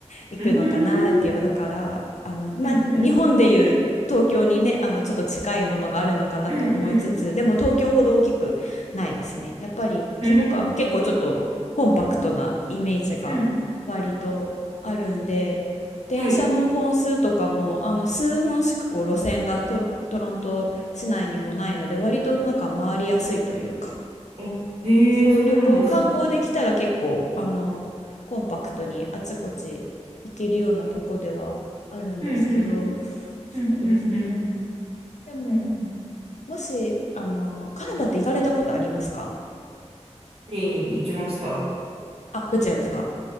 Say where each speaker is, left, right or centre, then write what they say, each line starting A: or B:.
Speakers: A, on the left (about 80°); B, on the right (about 55°).
A: 行くのかなって言えばだからあの、
B: うーん、
A: まあ、
B: うん、
A: 日本でいう東京にねあのちょっと近いものがあるのかなと思いつつでも東京ほど大きくないですねやっぱり規模感結構ちょっとコンパクトなイメージが割とあるんで電車も本数とかもあの数本しかこう路線がトロ、
B: うん、うん、うん、うん、うん。はい。
A: トロント市内にもないので割となんか回りやすいというか
B: あ、へえそうなんですね。
A: そう旅行観光できたら結構あのコンパクトにあちこち行けるようなとこではあるんですけど
B: うん、うん、
A: そうですね
B: うん、うん、うん、うん、
A: でも
B: うん。うん
A: もしあのカナダって行かれたことありますか
B: カルガリーに行きました。
A: あどちらですか